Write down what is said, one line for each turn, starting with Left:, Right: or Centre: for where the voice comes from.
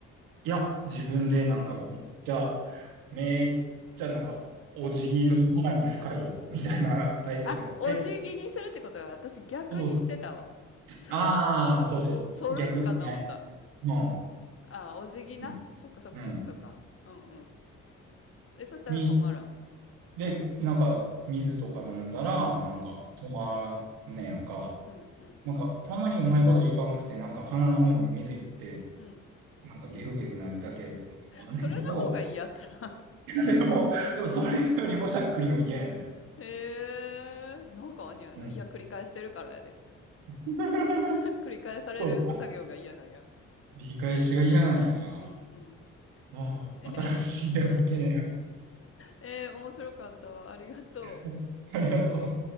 Right: いや、自分でなんかめっちゃ、めっちゃなんか、お辞儀のさらに深いやつみたいな体勢になって、
Left: あ、お辞儀にするってことは、私逆にしてたわ。
Right: そうそう。
Left: そ、
Right: ああ、そうそう。
Left: そるんかと思った。
Right: 逆。はうん。
Left: あ、お辞儀なそっかそっかそっかそっか。
Right: うん。うん。
Left: うんうん。え、そしたら止まるん。
Right: にで、なんか、水とか飲んだら、なんか、
Left: うん。
Right: 止まんねやんか。
Left: うんうんうん。
Right: なんか、たまにうまいこといかんくて、なんか、鼻の方に水いって、
Left: うん。
Right: なんか、ゲフゲフなるだけみたいなのもあんねんけど、
Left: それの方がいいやっちゃう。
Right: <laughs> でも、でも、それよりもしゃっくりの嫌やね
Left: <laughs> ええーなんかにやない。
Right: ん。うん。
Left: いや、繰り返してるからやで。
Right: <laughs>
Left: <laughs> 繰り返される作業が嫌なんや。
Right: そうか。理解しが嫌なんやな。
Left: うんうん。
Right: ああ、
Left: ええ
Right: 新しい発見や。
Left: えー、面白かったわ。ありがとう。
Right: <laughs> ありがとう。